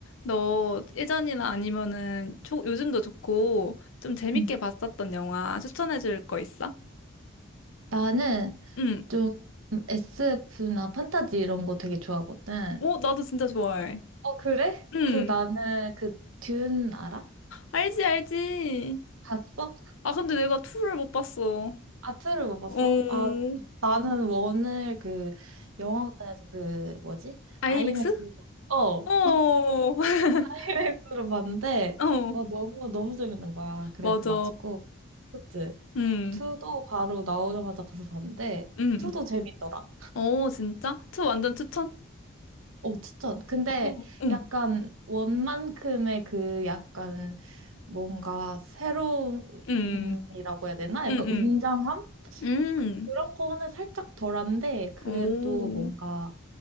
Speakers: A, on the left; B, on the right.
A: 너 예전이나 아니면은 조, 요즘도 좋고 좀 재밌게
B: 음.
A: 봤었던 영화 추천해 줄 거 있어?
B: 나는
A: 응.
B: 좀 SF나 판타지 이런 거 되게 좋아하거든.
A: 어, 나도 진짜 좋아해.
B: 어, 그래?
A: 응.
B: 그 나는 그 듄 알아?
A: 알지, 알지.
B: 봤어?
A: 아, 근데 내가 2를 못 봤어. 어,
B: 아, 투를 못 봤어?
A: 어.
B: 아, 나는 원을 그 영화관에서 그 뭐지?
A: 아이맥스?
B: 아이맥스로 어,
A: 어, <laughs>
B: 아이맥스로 봤는데
A: 어,
B: 어, 너무 너무 재밌는 거야. 그래가지고
A: 맞아.
B: 그치?
A: 응,
B: 투도 바로 나오자마자 가서 봤는데
A: 응.
B: 투도 재밌더라.
A: 어, 진짜? 2 완전 추천?
B: 어, 추천. 근데
A: 어, 응,
B: 약간 원만큼의 그 약간 뭔가 새로움이라고
A: 응,
B: 해야 되나? 약간
A: 응, 응.
B: 웅장함?
A: 응,
B: 그런 거는 살짝 덜한데, 그래도
A: 오.
B: 뭔가,